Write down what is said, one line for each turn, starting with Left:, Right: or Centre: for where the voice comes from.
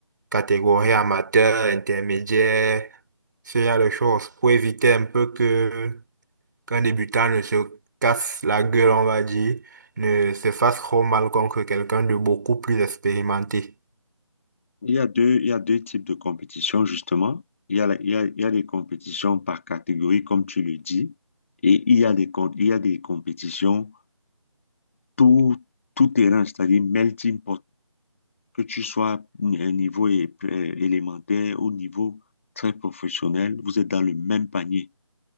Right: catégorie amateur, intermédiaire, ce genre de choses, pour éviter un peu que qu'un débutant ne se casse la gueule, on va dire, ne se fasse trop mal contre quelqu'un de beaucoup plus expérimenté.
Left: Il y a deux, il y a deux types de compétitions, justement. Il y a, la- il y a, il y a les compétitions par catégorie, comme tu le dis, et il y a des, com- il y a des compétitions tout, tout terrain, c'est-à-dire melting pot, que tu sois à un niveau é- euh, élémentaire, au niveau très professionnel, vous êtes dans le même panier.